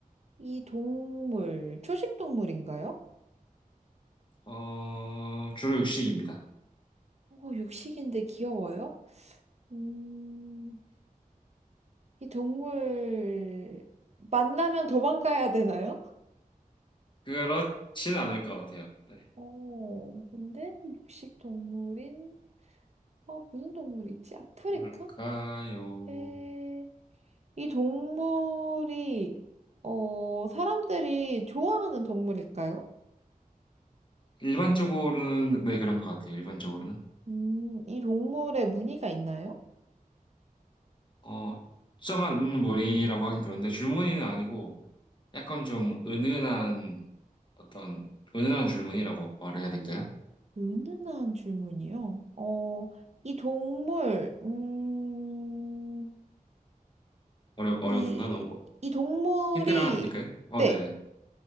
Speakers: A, on the right; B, on the left.
A: 이 동물, 초식 동물인가요?
B: 어, 주로 육식입니다.
A: 어, 육식인데 귀여워요? 음, 이 동물, 만나면 도망가야 되나요?
B: 그렇진 않을 것 같아요. 네.
A: 어, 근데 육식 동물인, 어, 무슨 동물이 있지? 아프리카?
B: 뭘까요?
A: 에, 이 동물이, 어, 사람들이 좋아하는 동물일까요?
B: 일반적으로는, 네, 그런 것 같아요. 일반적으로는.
A: 음, 이 동물에 무늬가 있나요?
B: 어, 특정한 무늬라고 하긴 그런데 줄무늬는 아니고 약간 좀 은은한 어떤 은은한 줄무늬라고 말해야 될까요?
A: 은은한 줄무늬요? 어, 이 동물, 음,
B: 어려, 어려운가?
A: 이,
B: 너무
A: 이 동물이,
B: 힌트를 하나 드릴까요? 어,
A: 네,
B: 네네.